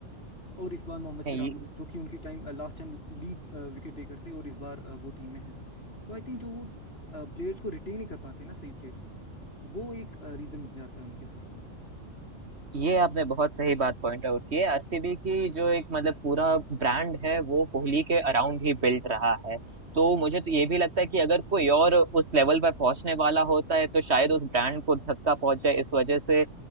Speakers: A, on the left; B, on the right.
A: और इस बार मोहम्मद सिराज
B: ये
A: जो कि उनके time last time lead wicket taker थे और इस बार अ, वो टीम में है नहीं तो आई थिंक जो वो प्लेयर्स को रिटेन ही कर पाते हैं ना सही प्लेयर्स को वो एक रीजन बन जाता है उनके हारने का
B: ये आपने बहुत सही बात पॉइंट आउट की है आरसीबी की जो एक मतलब पूरा ब्रांड है वो कोहली के अराउंड ही बिल्ट रहा है तो मुझे तो ये भी लगता है कि अगर कोई और उस लेवल पर पहुंचने वाला होता है तो शायद उस ब्रांड को धक्का पहुंच जाए इस वजह से